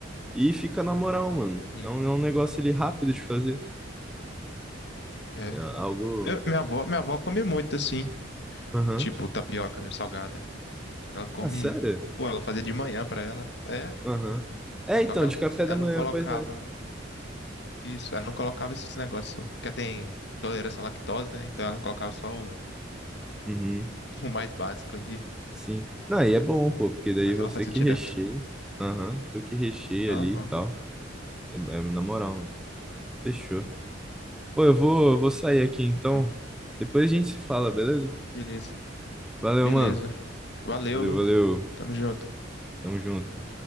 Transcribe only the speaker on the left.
sim.
É.
Eu- minha avó, minha avó come muito assim,
tipo tapioca meio salgada. Ela come,
pô, ela fazia de manhã pra ela. É,
só
que ela
não,
ela
não colocava
isso, ela não colocava esses negócios, que tem intolerância à lactose, né? Então ela colocava só o,
<laughs> o mais básico ali,
mas
ela fazia
direto.
Aham,
bom,
beleza.
Beleza.
Valeu,
viu?
Tamo junto.